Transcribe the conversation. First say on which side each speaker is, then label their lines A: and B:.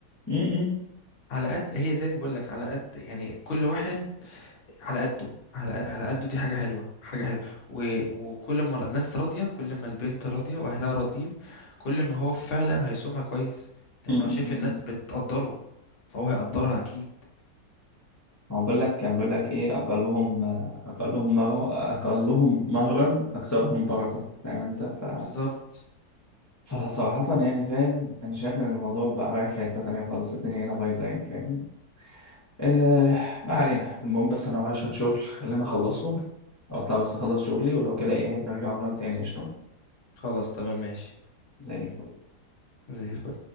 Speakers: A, on the left; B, on the left.
A: م- م-
B: على قد هي زي ما بقول لك على قد يعني كل واحد على قده على على قده دي حاجة حلوة حاجة حلوة و... وكل ما الناس راضية كل ما البنت راضية واهلها راضيين كل ما هو فعلا هيصونها كويس لان
A: م- م-
B: هو شايف
A: م.
B: الناس بتقدره فهو هيقدرها اكيد
A: هو بقول لك كان بيقول لك ايه اقلهم اقلهم مره اقلهم مهرا اكثرهم بركه فاهم انت ف
B: بالظبط
A: فصراحة يعني فاهم أنا شايف إن الموضوع بقى رايح في حتة تانية خالص الدنيا هنا بايظة يعني فاهمني آه ما علينا المهم بس أنا ورايا شوية شغل خلينا أخلصهم أو أطلع بس أخلص شغلي ولو كده إيه نرجع ونقعد تاني قشطة
B: خلاص تمام ماشي
A: زي الفل
B: زي الفل